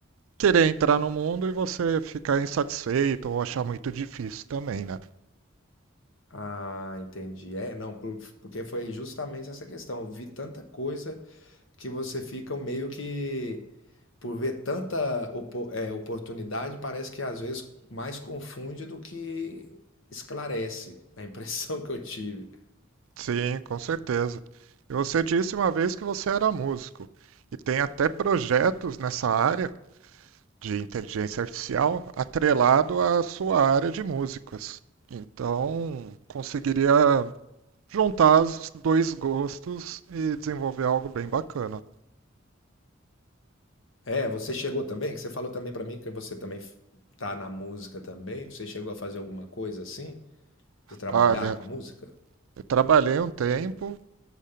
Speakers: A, on the right; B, on the left.
A: querer entrar no mundo e você ficar insatisfeito ou achar muito difícil também, né?
B: Ah, entendi. É, não, por- porque foi justamente essa questão. Eu vi tanta coisa que você fica meio que, por ver tanta opo- é, oportunidade, parece que às vezes mais confunde do que esclarece a impressão <laughs> que eu tive.
A: Sim, com certeza. E você disse uma vez que você era músico e tem até projetos nessa área de inteligência artificial atrelado à sua área de músicas. Então, conseguiria juntar os dois gostos e desenvolver algo bem bacana.
B: É, você chegou também, que você falou também pra mim que você também f- tá na música também. Você chegou a fazer alguma coisa assim, de trabalhar
A: Olha,
B: com a música?
A: eu trabalhei um tempo